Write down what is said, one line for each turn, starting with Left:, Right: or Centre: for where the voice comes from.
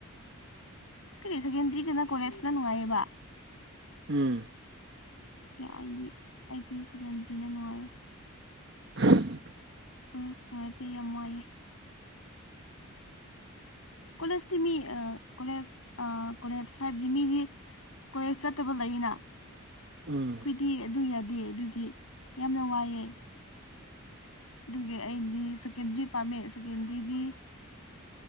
Left: ꯀꯔꯤ ꯁꯦꯀꯦꯟꯗ꯭ꯔꯤꯒꯅ ꯀꯣꯂꯦꯖꯅ ꯅꯨꯡꯉꯥꯏꯌꯦꯕ
Right: ꯎꯝ
Left: ꯌꯥ ꯑꯩꯗꯤ ꯑꯩꯗꯤ ꯁꯦꯀꯦꯟꯗꯔꯤꯅ ꯅꯨꯡꯉꯥꯏꯌꯦ
Right: <unintelligible>
Left: ꯎꯁ ꯅꯨꯡꯉꯥꯏꯇꯦ ꯌꯥꯝ ꯋꯥꯏꯌꯦ ꯀꯣꯂꯦꯖꯇꯤ ꯃꯤ ꯑꯥ ꯀꯣꯂꯦꯖ ꯑꯥ ꯀꯣꯂꯦꯖ ꯍꯥꯏꯕꯗꯤ ꯃꯤꯗꯤ ꯀꯣꯂꯦꯖ ꯆꯠꯇꯕ ꯂꯩꯌꯦꯅ
Right: ꯎꯝ
Left: ꯈꯣꯏꯗꯤ ꯑꯗꯨ ꯌꯥꯗꯦ ꯑꯗꯨꯒꯤ ꯌꯥꯝꯅ ꯋꯥꯏꯑꯦ ꯑꯗꯨꯒꯤ ꯑꯩꯗꯤ ꯁꯦꯀꯦꯟꯗ꯭ꯔꯤ ꯄꯥꯝꯃꯦ ꯁꯦꯀꯦꯟꯗ꯭ꯔꯤꯗꯤ